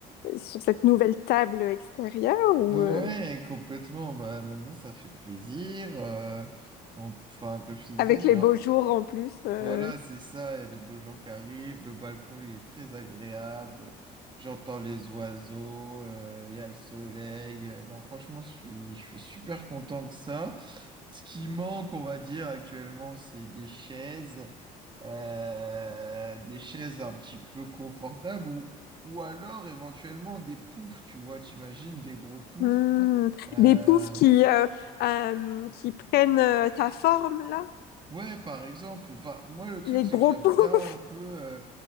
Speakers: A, on the left; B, on the right.
A: sur cette nouvelle table extérieure ou
B: Ouais,
A: euh,
B: complètement. Bah, maintenant, ça fait plaisir. euh, en- enfin, comme je te disais,
A: avec
B: genre,
A: les beaux jours en plus euh,
B: voilà, c'est ça. Il y a les beaux jours qui arrivent. Le balcon, il est très agréable. J'entends les oiseaux. euh, Il y a le soleil. euh, non, franchement, je suis, je suis super content que ça. Ce qui manque, on va dire, actuellement, c'est des chaises. euh, des chaises un petit peu confortables ou, ou alors éventuellement des poufs, tu vois. T'imagines des gros poufs
A: hmm,
B: euh,
A: Des poufs qui, euh, euh, qui prennent euh, ta forme là
B: ouais, par exemple, enfin, moi le truc
A: Les
B: c'est
A: gros
B: que j'aime
A: <laughs> poufs
B: bien un peu euh,